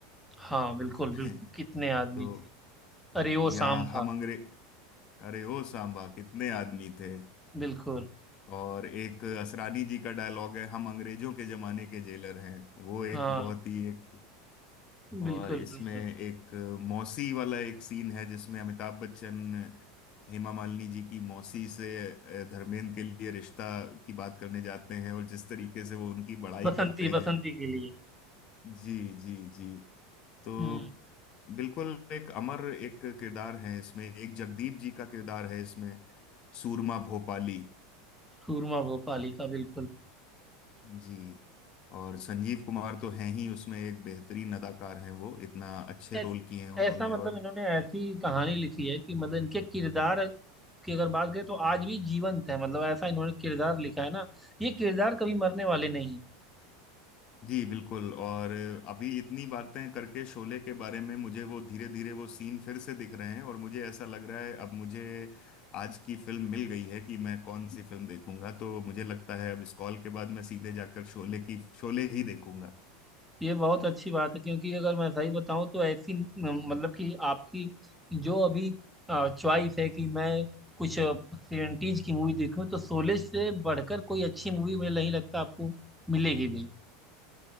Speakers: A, in the centre; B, on the left.
A: हाँ बिल्कुल
B: <laughs>
A: बिल्कुल कितने आदमी
B: तो
A: थे अरे ओ
B: या
A: सांभा
B: हम अंग्रेज अरे ओ सांबा कितने आदमी थे
A: बिल्कुल
B: और एक असरानी जी का डायलॉग है हम अंग्रेजों के जमाने के जेलर हैं वो एक
A: हाँ
B: बहुत ही एक और
A: बिल्कुल
B: इसमें
A: बिल्कुल
B: एक मौसी वाला एक सीन है जिसमें अमिताभ बच्चन हेमा मालिनी जी की मौसी से अ, धर्मेंद्र के लिए रिश्ता की बात करने जाते हैं और जिस तरीके से वो उनकी बड़ाई
A: बसंती
B: करते
A: बसंती
B: हैं
A: के लिए
B: जी जी जी तो
A: हम्म
B: बिल्कुल एक अमर एक किरदार है इसमें एक जगदीप जी का किरदार है इसमें सूरमा भोपाली
A: सूरमा भोपाली का बिल्कुल
B: जी और संजीव कुमार तो हैं ही उसमें एक बेहतरीन अदाकार हैं वो इतना अच्छे
A: ऐस,
B: रोल किए हैं उन्होंने
A: ऐसा मतलब
B: और
A: इन्होंने ऐसी कहानी लिखी है कि मतलब इनके किरदार की अगर बात करें तो आज भी जीवंत है मतलब ऐसा इन्होंने किरदार लिखा है ना ये किरदार कभी मरने वाले नहीं
B: जी बिल्कुल और अभी इतनी बातें करके शोले के बारे में मुझे वो धीरे धीरे वो सीन फिर से दिख रहे हैं और मुझे ऐसा लग रहा है अब मुझे आज की फिल्म मिल गई है कि मैं कौन सी फिल्म देखूंगा तो मुझे लगता है अब इस कॉल के बाद मैं सीधे जाकर शोले की शोले ही देखूंगा
A: ये बहुत अच्छी बात है क्योंकि अगर मैं सही बताऊं तो ऐसी म- मतलब कि आपकी जो अभी चॉइस है कि मैं कुछ सेवेंटीज की मूवी देखूं तो शोले से बढ़कर कोई अच्छी मूवी मुझे नहीं लगता आपको मिलेगी भी